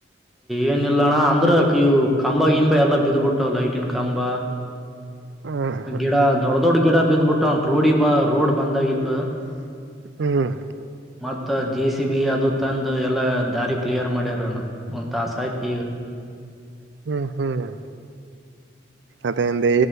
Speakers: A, in the centre; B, on the right.
A: ಏನಿಲ್ಲಣ ಅಂದ್ರ ಇ ಕಂಬ ಗಿಂಬ ಎಲ್ಲಾ ಬಿದ್ಬಿಟ್ಟಾವ್ ಲೈಟಿನ್ ಕಂಬ
B: ಹ್ಮ್
A: ಗಿಡ ದೊಡ್ಡ ದೊಡ್ ಗಿಡ ಬಿದ್ಬಿಟ್ಟು ಅಂತ ರೋಡಿ ಬ ರೋಡ್ ಬಂದ್ ಆಗಿತ್ತು
B: ಹ್ಮ್
A: ಮತ್ತ ಜೇಸಿಬಿ ಅದು ತಂದು ಎಲ್ಲ ದಾರಿ ಕ್ಲಿಯರ್ ಮಾಡ್ಯಾರಣ ಒಂದ್ ತಾಸ ಆಯ್ತಿು ಈಗ
B: ಹ್ಮ್ ಹ್ಮ್ ಅದಂತ